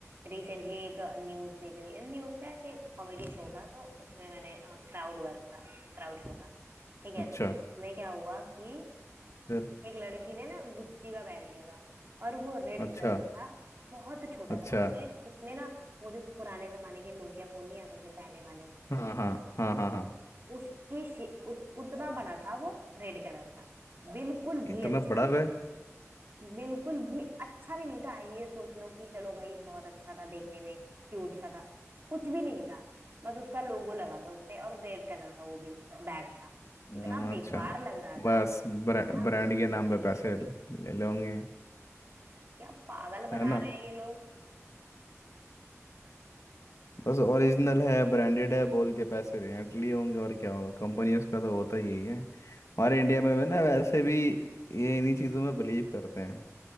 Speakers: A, on the right; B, on the left.
A: रिसेंटली एक न्यूज देख रही न्यूज का ऐसे कॉमेडी शो था तो उसमें मैंने क्राउड वर्क था क्राउड शो था ठीक है
B: अच्छा
A: तो उसमें क्या हुआ कि
B: फिर
A: एक लड़की ने ना गुच्ची का बैग लिया था और वो रेड
B: अच्छा
A: कलर का था बहुत छोटा
B: अच्छा
A: था उसमें उसमें ना वो जो पुराने जमाने के नोकिया फोन नहीं आते थे पहले वाले
B: हाँ हाँ हाँ हाँ हाँ
A: उसकी शे- उत, उतना बड़ा था वो रेड कलर का बिल्कुल भी
B: इतना
A: अच्छा
B: बड़ा बैग
A: बिल्कुल भी अच्छा भी नहीं था ये सोच लो कि चलो भाई ये बहुत अच्छा था देखने में क्यूट सा था कुछ भी नहीं था बस उसका लोगो लगा था उसपे और रेड कलर का वो भी बैग था इतना
B: हाँ,
A: बेकार
B: अच्छा
A: लग रहा
B: बस
A: था
B: ब्रा,
A: मैं
B: ब्रांड
A: बोली
B: के नाम
A: भाई
B: पे पैसे ल- ले लोगे
A: क्या पागल बना
B: है ना
A: रहे हैं ये लोग
B: बस ओरिजिनल है ब्रांडेड है बोल के पैसे रेंट लिए होंगे और क्या होगा कंपनियों का तो होता ही यही है हमारे इंडिया में भी ना वैसे भी ये इन्हीं चीज़ों में बिलीव करते हैं